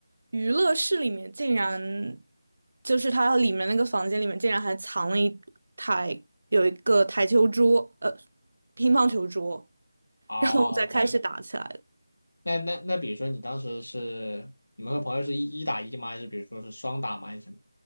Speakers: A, on the right; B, on the left.
A: 娱乐室里面竟然，就是它里面那个房间里面竟然还藏了一台有一个台球桌，呃，乒乓球桌。
B: 哦，OK，
A: 然后再开始打起来的。
B: 那那那，比如说你当时是你们和朋友是一一打一吗？还是比如说是双打吗？还是什么？